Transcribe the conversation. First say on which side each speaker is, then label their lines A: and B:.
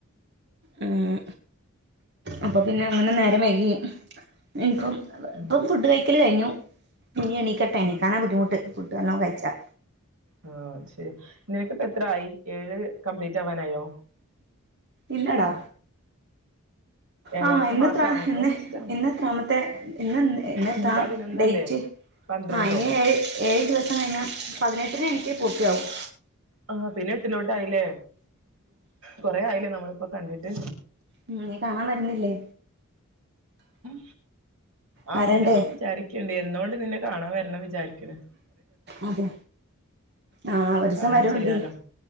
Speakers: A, on the right (about 50°); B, on the right (about 85°).
A: ഉം അപ്പൊ പിന്നെ അങ്ങനെ നേരം വൈകി എനിക്കും
B: ഉം
A: ഇപ്പം ഫുഡ് കഴിക്കല് കഴിഞ്ഞു ഇനി എണീക്കട്ടെ എണീക്കാന
B: ആഹ്
A: ബുദ്ധിമുട്ട് വല്ലോം കഴിച്ചാ
B: ആ അത് ശരിയാ നിനക്കിപ്പോ എത്ര ആയി ഏഴ് കംപ്ലീറ്റ് ആവാനായോ
A: ഇല്ലടാ
B: ഏഴാമത്തെ
A: ആ ഇന്നത്ര
B: മാസാണോ ഇപ്പോ
A: ഇന്ന്
B: സ്റ്റാർട്ട്
A: ഇന്നത്രാമത്തെ ഇന്ന് ഇന്നത്ര
B: ഇന്ന് പതിനൊന്നല്ലേ
A: ഡേറ്റ്
B: പന്ത്രണ്ടോ
A: ആ ഏ ഏഴ് ദിവസം കഴിഞ്ഞ പതിനെട്ട് എനിക്ക് പൂർത്തിയാവും
B: ആ പിന്നെ എട്ടിലോട്ടായില്ലേ കൊറ ആയില്ലേ നമ്മള് ഇപ്പൊ കണ്ടിട്ട്
A: ഉം നീ കാണാൻ വരുന്നില്ലേ
B: ഉം ആ
A: വരണ്ടേ
B: വരണം ന്ന് വിചാരിക്കുണ്ട് എന്നുകൊണ്ട് നിന്ന- കാണാൻ വരണം വിചാരിക്കണ്
A: അതെ ആഹ് ഒരുസം
B: കാണും
A: വരൂണ്ടേ
B: ചെയ്യാലോ